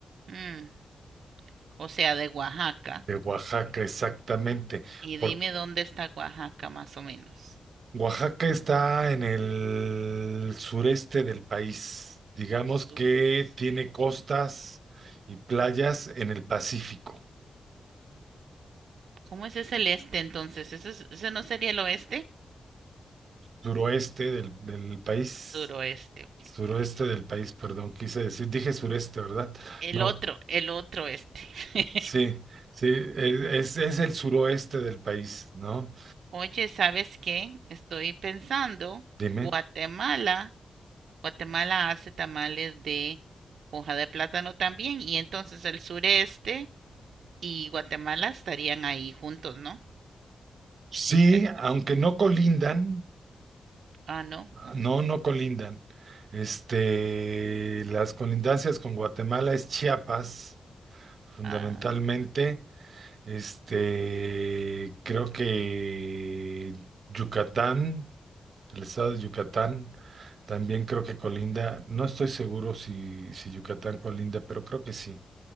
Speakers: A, on the right; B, on the right.
A: Mm, o sea, de Oaxaca.
B: De Oaxaca, exactamente.
A: Y
B: Por
A: dime dónde está Oaxaca, más o menos.
B: Oaxaca está en el sureste del país. Digamos
A: Sureste.
B: que tiene costas y playas en el Pacífico,
A: ¿Cómo ese es el este entonces? ¿Ese, es- ese no sería el oeste?
B: suroeste del, del país.
A: Suroeste, ok,
B: Suroeste
A: muy bien.
B: del país, perdón, quise decir, dije sureste, ¿verdad?
A: El
B: No,
A: otro, el otro este. <laughs>
B: sí, sí, e, es, es el suroeste del país, ¿no?
A: Oye, ¿sabes qué? Estoy pensando,
B: Dime.
A: Guatemala, Guatemala hace tamales de hoja de plátano también, y entonces el sureste y Guatemala estarían ahí juntos, ¿no?
B: Sí,
A: Muy cerca.
B: aunque no colindan.
A: Ah, no. Ah,
B: No, no colindan. Este, las colindancias con Guatemala es Chiapas, fundamentalmente.
A: ah,
B: Este, creo que Yucatán, el estado de Yucatán, también creo que colinda. No estoy seguro si, si Yucatán colinda, pero creo que sí.